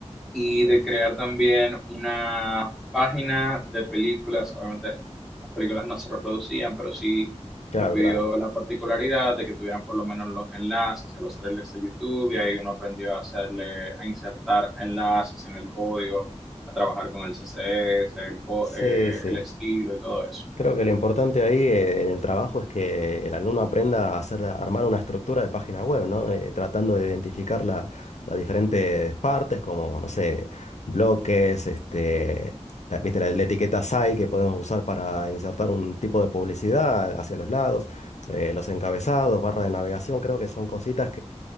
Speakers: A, in the centre; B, on the left (about 75°).
A: y
B: eh,
A: de crear también una página de películas. Obviamente las películas no se reproducían, pero sí
B: claro,
A: nos pidió
B: claro.
A: la particularidad de que tuvieran por lo menos los enlaces a los trailers de YouTube y ahí uno aprendió a hacerle, a insertar enlaces en el código, a trabajar con el CSS, el, co-
B: Sí,
A: eh,
B: sí.
A: el estilo y todo eso.
B: Creo que lo importante ahí eh, en el trabajo es que el alumno aprenda a hacer, a armar una estructura de página web, ¿no? Eh, tratando de identificar la- las diferentes partes, como, no sé, bloques, este, la, viste, la, la etiqueta SAI que podemos usar para insertar un tipo de publicidad hacia los lados, eh, los encabezados, barra de navegación, creo que son cositas